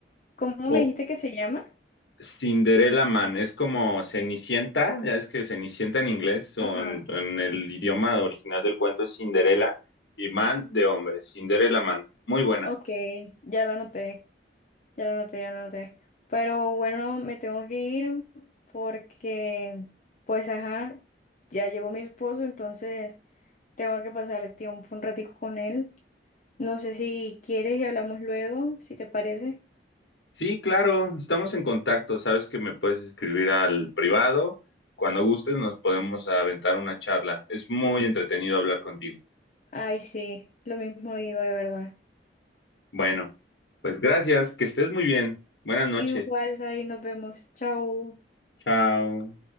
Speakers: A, on the left (about 45°); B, on the left (about 80°).
A: ¿Cómo
B: O
A: me dijiste que se llama?
B: Cinderella Man, es como Cenicienta, ya es que Cenicienta en inglés, o
A: Ajá.
B: en, en el idioma original del cuento es Cinderella, y Man de hombre, Cinderella Man. Muy buena.
A: Ok, ya la anoté, ya la anoté, ya la anoté. Pero bueno, me tengo que ir porque, pues, ajá, ya llegó mi esposo, entonces tengo que pasar el tiempo un ratico con él. No sé si quieres y hablamos luego, si te parece.
B: Sí, claro, estamos en contacto. Sabes que me puedes escribir al privado. Cuando gustes nos podemos aventar una charla. Es muy entretenido hablar contigo.
A: Ay, sí, lo mismo digo de verdad.
B: Bueno, pues gracias, que estés muy bien. Buenas noches.
A: Igual, ahí nos vemos. Chau.
B: Chao.